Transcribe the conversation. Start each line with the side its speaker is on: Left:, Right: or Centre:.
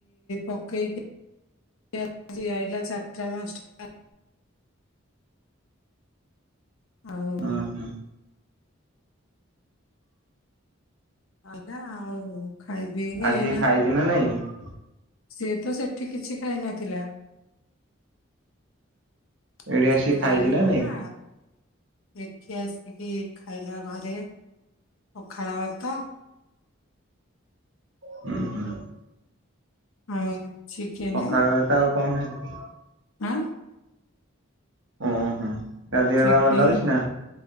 Left: ପକେଇକି ଆଇଲା ଚାରିଟା ପାଞ୍ଚଟା ଆଉ
Right: ହଁ ହୁଁ।
Left: ଆଇଲା ଆଉ। ଖାଇ ପିଇକି
Right: ଆସିକି
Left: ଏଇନା
Right: ଖାଇଛି ନା ନାଇଁ।
Left: ସିଏ ତ ସେଠି କିଛି ଖାଇନ। କିଛି
Right: ଏଇଠି ଆସିକି
Left: ଖାଇ
Right: ଖାଇଛି
Left: ନଥିଲା।
Right: ନା ନାଇଁ?
Left: ଏଠି ଆସିକି ଖାଇଲା ଘରେ ପଖାଳ ଭାତ
Right: ହୁଁ ହୁଁ
Left: ହଁ ଚିକେନ
Right: ପଖାଳ ଭାତ ଆଉ କଣ ହେଲେ
Left: ହଁ
Right: ଓଁ ହଁ ଦେହ
Left: ଚିକେନ
Right: ପା ଭଲ ଅଛି ନା